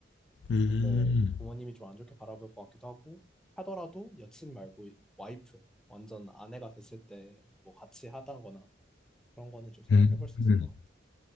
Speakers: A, on the left; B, in the centre.
A: 음,
B: 근데 부모님이 좀 안 좋게 바라볼 것 같기도 하고 하더라도 여친 말고 와이프 완전 아내가 됐을 때 뭐 같이 하다거나 그런 거는 좀 생각해
A: 음,
B: 볼 수 있을
A: 음.
B: 것 같아.